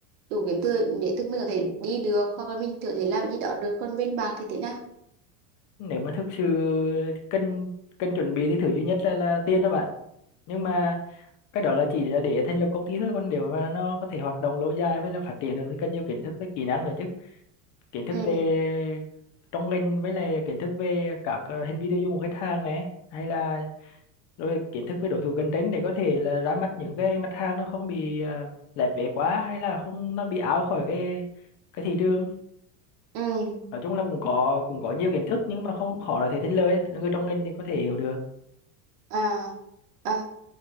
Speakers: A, on the right (about 75°); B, on the left (about 40°).
A: đủ kiến thức để thức mình có thể đi được hoặc là mình có thể làm gì đó được còn bên bạn thì thế nào
B: nếu mà thực sự cần cần chuẩn bị thì thứ duy nhất là, là tiền đó bạn nhưng mà cái đó là chỉ là để thành lập công ty thôi còn nếu mà nó có thể hoạt động lâu dài với là phát triển được thì cần nhiều kiến thức với kỹ năng nữa chứ kiến thức
A: ừ
B: về trong ngành với lại kiến thức về các ờ, hành vi tiêu dùng của khách hàng này hay là rồi kiến thức về đối thủ cạnh tranh để có thể là ra mắt những cái mặt hàng nó không bị uh, lép vế quá hay là không nó bị out khỏi cái cái thị trường
A: ừ
B: nói chung là cũng có cũng có nhiều kiến thức nhưng mà không khó để thể thành lời người trong ngành thì có thể hiểu được
A: à, à,